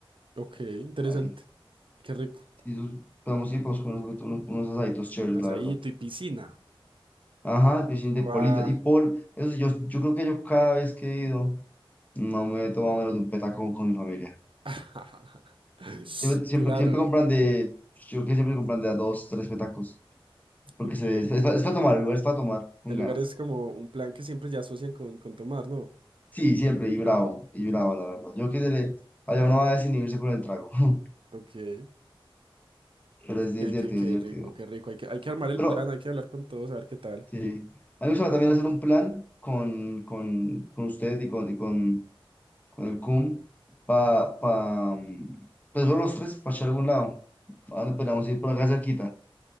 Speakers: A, on the right (about 65°); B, on the left (about 15°).
A: ok, interesante.
B: ahí,
A: Qué rico.
B: sí, eso- podemos ir, podemos comer unos, unos, unos asaditos chéveres,
A: Un asadito
B: la verdad.
A: y piscina.
B: Ajá, piscina
A: Guau.
B: de politas, y pol, eso sí, yo, yo creo que yo cada vez que he ido... No me he tomado menos de un petaco con mi familia.
A: <laughs>
B: Siempre, siempre,
A: Claro,
B: siempre compran de, yo que siempre compran de a dos, tres petacos, porque
A: ok.
B: se, es, para tomar, el lugar es para tomar con
A: El
B: ganas.
A: lugar es como un plan que siempre ya asocian con, con tomar, ¿no?
B: Sí, siempre, y bravo, y bravo, la verdad. Yo que se le, allá uno va a desinhibirse con el trago, <laughs>
A: Ok, qué,
B: pero
A: qué,
B: es, es divertido,
A: qué- qué
B: es divertido.
A: rico, qué rico. Hay que, hay que armar el
B: Pero,
A: plan, hay que hablar con todos, a ver qué tal.
B: sí, a mí me gustaría también hacer un plan con, con, con usted y con, y con, con el CUM, para, pa, pa, mm, pues solo los tres, para echar a algún lado. Ah, no, podríamos ir por acá cerquita,